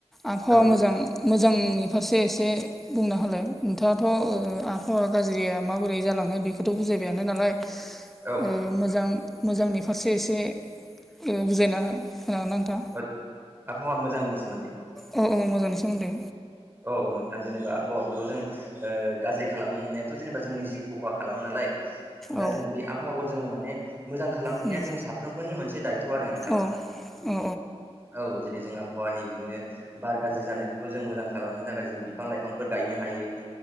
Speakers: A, in the centre; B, on the right.
A: आबहावा
B: औ
A: मोजां मोजांनि फारसे एसे बुंनो हालाय नोंथाङाथ' ओ आबहावा गाज्रिया माबोरै जालाङो बेखौ बेथ' बुजायबायानो नालाय
B: औ
A: ओ मोजां मोजांनि फारसे एसे ओ बुजायना होनो ना नोंथाङा
B: होद आबहावा मोजांनि सोमोन्दै
A: औ औ मोजांनि सोमोन्दै
B: औ औ नोंथां जेनेबा आबहावाखौथ' जों ओ गाज्रि खालामनायाथ' जेनेबा जोंनि जिउखौ खहा खालामो नालाय
A: औ
B: दा जों बे आबहावाखौ जोङो माने मोजां खालामफिनाया
A: उम
B: जोंनि साफ्रोमबोनि मोनसे दायथ' आरो नोंथां
A: औ औ
B: औ जेरै जों आबहावानि बिदिनो बार गाज्रि जानायफोरखौ जों मोजां खालामनो थाखाय जों बिफां लाइफांफोर गायनो हायो